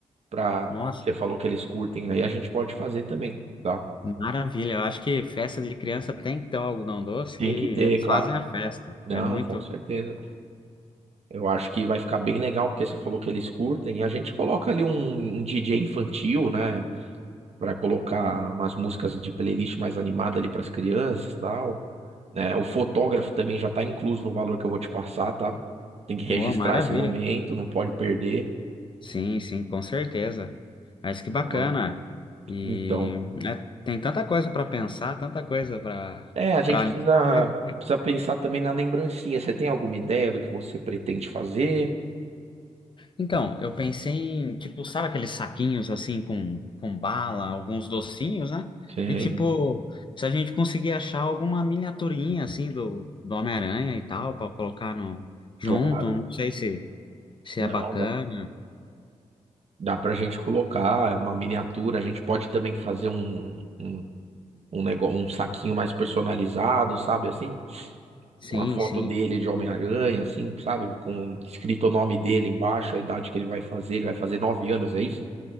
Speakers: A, on the right (about 60°); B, on the left (about 40°).
A: pra.
B: Nossa,
A: Você falou que eles curtem aí, a gente pode fazer também, tá?
B: maravilha. Eu acho que festa de criança tem que ter o algodão doce,
A: Tem
B: que eles
A: que ter, claro.
B: fazem a festa.
A: Não,
B: É muito.
A: com certeza. Eu acho que vai ficar bem legal, porque você falou que eles curtem, a gente coloca ali um, um DJ infantil, né? Pra colocar umas músicas de playlist mais animada ali pras crianças e tal. Né? O fotógrafo também já tá incluso no valor que eu vou te passar, tá? Tem que registrar
B: Boa, maravilha.
A: esse momento, não pode perder.
B: Sim, sim, com certeza. Mas que bacana.
A: Então, ah,
B: E
A: então.
B: é, tem tanta coisa para pensar, tanta coisa para
A: é, a gente
B: para alinhar,
A: precisa,
B: né?
A: precisa pensar também na lembrancinha. Você tem alguma ideia do que você pretende fazer?
B: Então, eu pensei em, tipo, sabe aqueles saquinhos assim com, com bala, alguns docinhos, né?
A: Sim,
B: E tipo, se a gente conseguir achar alguma miniaturinha assim do, do Homem-Aranha e tal, para colocar no junto,
A: claro.
B: não sei se, se
A: Não,
B: é bacana.
A: dá, dá pra gente colocar é uma miniatura, a gente pode também fazer um, um, um negócio, um saquinho mais personalizado, sabe, assim?
B: Sim,
A: Com a foto
B: sim.
A: dele de Homem-Aranha, assim, sabe? Com escrito o nome dele embaixo, a idade que ele vai fazer, ele vai fazer nove anos, é isso?